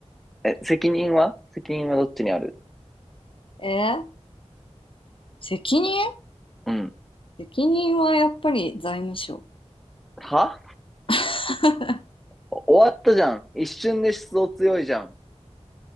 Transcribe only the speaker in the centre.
え、責任は責任はどっちにある
うん。
は
終わったじゃん。一瞬で出動強いじゃん。